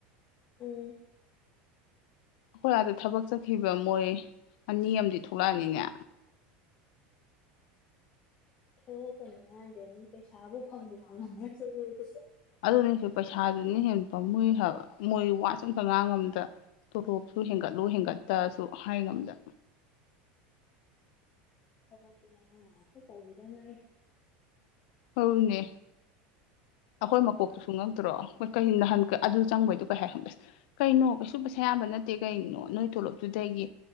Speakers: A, on the left; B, on the left.
A: ꯑꯝ
B: ꯍꯣꯏ ꯑꯗ ꯊꯕꯛ ꯆꯠꯈꯤꯕ ꯃꯣꯏ ꯑꯅꯤ ꯑꯃꯗꯤ ꯊꯣꯛꯂꯛꯑꯅꯤꯅꯦ
A: ꯊꯣꯛꯀꯅꯤ ꯍꯥꯏꯗꯨꯅꯤ ꯄꯩꯁꯥꯕꯨ ꯐꯪꯕꯨ ꯐꯪꯉꯝꯃꯗꯣ ꯃꯣꯏꯕꯨ
B: ꯑꯗꯨꯅꯤ ꯄꯩꯁꯥꯗꯨꯅ ꯍꯦꯟꯅ ꯄꯝꯃꯨꯏ ꯍꯥꯏꯕ ꯃꯣꯏ ꯋꯥꯠꯁꯨ ꯑꯃꯇ ꯉꯥꯡꯉꯝꯗ ꯇꯣꯔꯣꯞꯁꯨ ꯍꯦꯟꯒꯠꯂꯨ ꯍꯦꯟꯒꯠꯇ꯭ꯔꯁꯨ ꯍꯥꯏ ꯉꯝꯗ
A: ꯊꯕꯛꯇꯤ ꯉꯥꯔꯡ ꯅꯍꯟ ꯈꯥꯛ ꯇꯧꯒꯤꯗꯉꯥꯏꯔꯤ
B: ꯑꯧꯅꯦ ꯑꯩꯈꯣꯏ ꯃꯀꯣꯛꯇꯨꯁꯨ ꯉꯛꯄꯨꯉꯛꯇ꯭ꯔꯣ ꯍꯣꯏ ꯀꯩ ꯅꯍꯟ ꯑꯗꯨ ꯆꯪꯕꯩꯗꯣ ꯀꯩ ꯍꯥꯏ ꯈꯪꯉꯕ ꯑꯁ ꯀꯩꯅꯣ ꯀꯩꯁꯨ ꯄꯩꯁꯥ ꯌꯥꯝꯕ ꯅꯠꯇꯦ ꯀꯩꯅꯣ ꯅꯣꯏ ꯊꯣꯛꯣꯂꯞꯇꯨꯗꯒꯤ